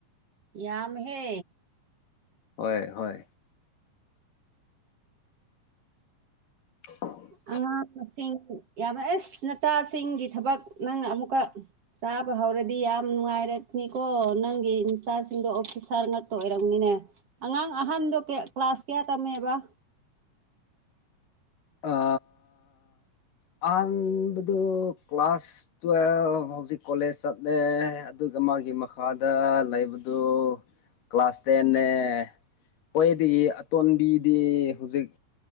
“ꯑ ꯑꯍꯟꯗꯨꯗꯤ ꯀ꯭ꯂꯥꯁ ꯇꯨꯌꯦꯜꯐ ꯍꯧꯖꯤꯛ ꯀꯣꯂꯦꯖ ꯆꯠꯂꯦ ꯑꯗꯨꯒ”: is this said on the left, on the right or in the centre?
Left